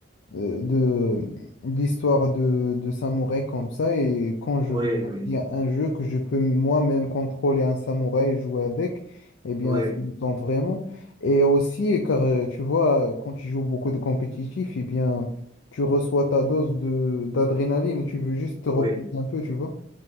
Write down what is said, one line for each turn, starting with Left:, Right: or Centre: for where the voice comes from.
Left: euh, de d'histoires de, de samouraï comme ça et quand je
Right: oui,
Left: vois
Right: oui,
Left: qu'il y a un jeu que je peux moi-même contrôler un samouraï et jouer avec, eh bien
Right: oui,
Left: ça me tente vraiment. Et aussi car euh, tu vois quand tu joues beaucoup de compétitif, eh bien tu reçois ta dose de d'adrénaline et tu veux juste te reposer
Right: oui.
Left: un peu, tu vois.